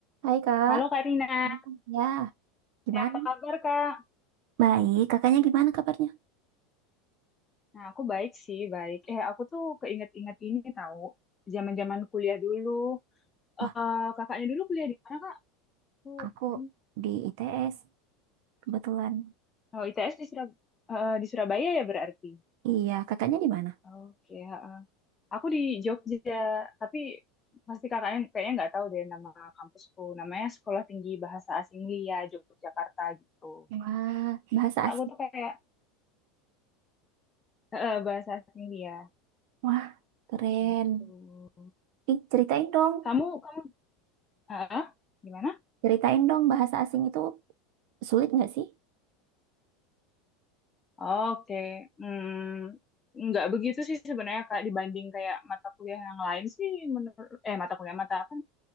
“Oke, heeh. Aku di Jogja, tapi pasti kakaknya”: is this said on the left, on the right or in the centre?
Left